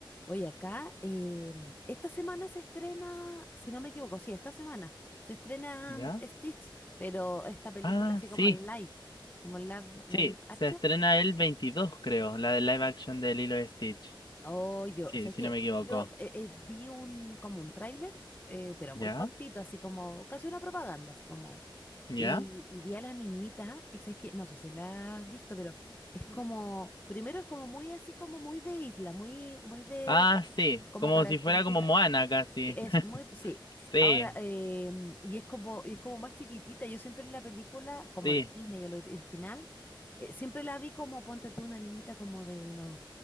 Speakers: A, on the left (about 20°); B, on the left (about 55°).
A: Oye, acá, em, esta semana se estrena, si no me equivoco, sí, esta semana se estrena
B: ¿Ya?
A: mm, Stitch, pero esta película
B: Ah,
A: así
B: sí,
A: como en live, como en live, live
B: sí.
A: action.
B: Se estrena el 22, creo, la de live action de Lilo y Stitch.
A: Oh, yo,
B: Sí,
A: o sea, es
B: si
A: que
B: no me equivoco.
A: yo eh, eh, vi un, como un tráiler, eh, pero
B: ¿Ya?
A: muy cortito, así como, casi una propaganda, así como,
B: ¿Ya?
A: y, y vi a la niñita, y sabes que, no sé si la has visto, pero es como, primero es como muy así como muy de isla, muy, muy de,
B: Ah, sí.
A: como
B: Como
A: característica.
B: si fuera como Moana casi.
A: Sí, Es
B: <laughs>
A: muy, sí.
B: Sí,
A: Ahora, em, y es como, y es como más chiquitita. Yo siempre en la película, como
B: sí,
A: de Disney, el original, eh, siempre la vi como, ponte tú, una niñita como de unos